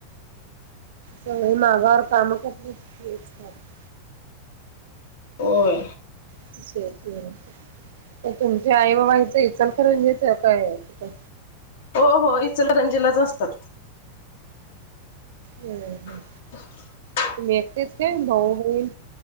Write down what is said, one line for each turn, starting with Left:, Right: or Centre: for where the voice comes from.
Right: सगळी मागावर काम कर <unintelligible>
Left: ओय
Right: <unintelligible> तर तुमच्या आई बाबा हिचं इचलकरंजीत काय आहे तिथं
Left: हो हो इचलकरंजीला असतात.
Right: वय म.
Left: <unintelligible>
Right: तुम्ही एकटेच का भाऊ बहीण?